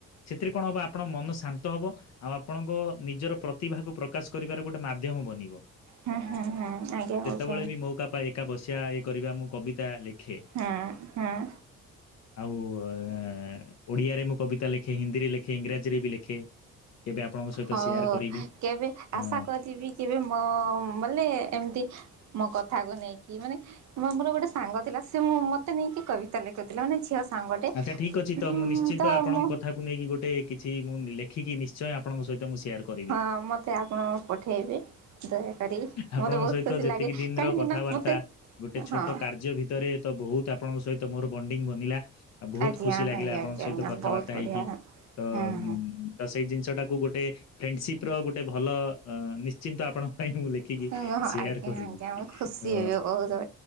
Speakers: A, on the left (about 60°); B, on the right (about 65°).
A: ସେଥିରେ କଣ ହବ ଆପଣଙ୍କ ମନ ଶାନ୍ତ ହବ। ଆଉ ଆପଣଙ୍କ ନିଜର ପ୍ରତିଭାକୁ ପ୍ରକାଶ କରିବାର ଗୋଟେ ମାଧ୍ୟମ ବନିବ।
B: ହଁ ହଁ ହଁ ଆଜ୍ଞା ଆଉ।
A: ସବୁବେଳେ ବି ମୋକା ପାଏ ଏକା ବସିଆ ଇଏ କରିବା ମୁଁ କବିତା ଲେଖେ।
B: ହଁ ହଁ।
A: ଆଉ ଏ। ଓଡ଼ିଆରେ ମୁଁ କବିତା ଲେଖେ ହିନ୍ଦୀରେ ଲେଖେ ଇଂରାଜୀରେ ବି ଲେଖେ। କେବେ ଆପଣଙ୍କ ସହିତ
B: ହଉ
A: ସେୟାର କରିବି
B: କେବେ
A: ହଁ
B: ଆଶା କରିବି କେବେ ମ ବଲେ ଏମିତି। ମୋ କଥାକୁ ନେଇକି ମାନେ ମ ମୋର ଗୋଟେ ସାଙ୍ଗ ଥିଲା ସେ ମତେ ନେଇକି କବିତା ଲେଖୁଥିଲା ମାନେ ଝିଅ ସାଙ୍ଗଟେ
A: ଆଚ୍ଛା ଠିକ୍ ଅଛି ତ
B: ହୁଁ
A: ମୁଁ ନିଶ୍ଚିନ୍ତ
B: ତ
A: ଆପଣଙ୍କ
B: ମୁଁ
A: କଥାକୁ ନେଇକି ଗୋଟେ କିଛି ମୁଁ ଲେଖିକି ନିଶ୍ଚୟ ଆପଣଙ୍କ ସହିତ ମୁଁ ସେୟାର କରିବି।
B: ହଁ ମତେ ଆପଣ ପଠେଇବେ ଦୟାକରି
A: ଆପଣଙ୍କ
B: ମତେ ବହୁତ
A: ସହିତ
B: ଖୁସି
A: ଯେତିକି
B: ଲାଗେ
A: ଦିନର
B: କାହିଁକି
A: କଥା
B: ନା
A: ବାର୍ତ୍ତା।
B: ମତେ
A: ଗୋଟେ ଛୋଟ
B: ହଁ
A: କାର୍ଯ୍ୟ ଭିତରେ ତ ବହୁତ ଆପଣଙ୍କ ସହିତ ମୋର ବଣ୍ଡିଙ୍ଗ ବନିଲା। ଆଉ ବହୁତ
B: ଆଜ୍ଞା
A: ଖୁସି ଲାଗିଲା
B: ଆଜ୍ଞା
A: ଆପଣଙ୍କ
B: ଆଜ୍ଞା
A: ସହିତ
B: ଆଜ୍ଞା
A: କଥାବାର୍ତ୍ତା
B: ବହୁତ ବଢିଆ
A: ହେଇକି
B: ହୁଁ
A: ତ ଉ ତ ସେଇ ଜିନିଷ ଟାକୁ ଗୋଟେ ଫ୍ରେଣ୍ଡସିପ ର ଗୋଟେ ଭଲ ନିଶ୍ଚିନ୍ତ। ଆପଣଙ୍କ ପାଇଁ ମୁଁ ଲେଖିକି
B: ଓ ଆଜ୍ଞା
A: ସେୟାର କରିବି।
B: ଆଜ୍ଞା ମୁ ଖୁସି
A: ଅ
B: ହେବି ବହୁତ